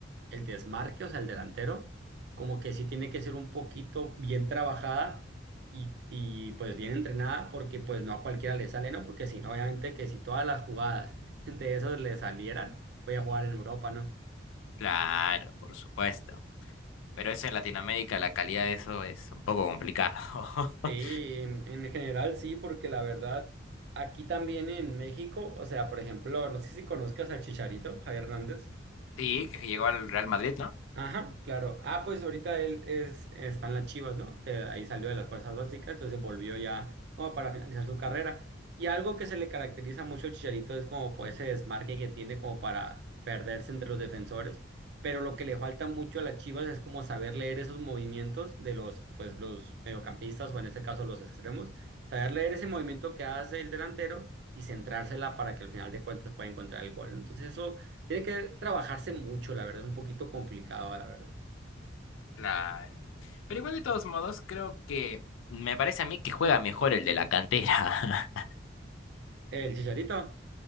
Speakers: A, on the right; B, on the left.
A: el desmarque, o sea, el delantero, como que sí tiene que ser un poquito bien trabajada y, y pues bien entrenada, porque pues no a cualquiera le sale, ¿no? Porque si no, obviamente que si todas las jugadas <laughs> de esos le salieran, voy a jugar en Europa, ¿no?
B: Claro, por supuesto. Pero eso en Latinoamérica, la calidad de eso es un poco complicado.
A: Sí,
B: <laughs>
A: en, en general sí, porque la verdad, aquí también en México, o sea, por ejemplo, no sé si conozcas al Chicharito, Javier Hernández.
B: Sí, que llegó al Real Madrid, ¿no?
A: Ajá, claro. Ah, pues ahorita él es, está en las Chivas, ¿no? Que ahí salió de las fuerzas básicas, entonces volvió ya como para finalizar su carrera. Y algo que se le caracteriza mucho al Chicharito es como pues ese desmarque que tiene como para perderse entre los defensores. Pero lo que le falta mucho a las Chivas es como saber leer esos movimientos de los, pues, los mediocampistas o en este caso los extremos, saber leer ese movimiento que hace el delantero y centrársela para que al final de cuentas pueda encontrar el gol. ¿no? Entonces eso tiene que trabajarse mucho, la verdad, es un poquito complicado, la verdad.
B: La... Pero igual de todos modos, creo que me parece a mí que juega mejor el de la cantera. <laughs>
A: El chicharito.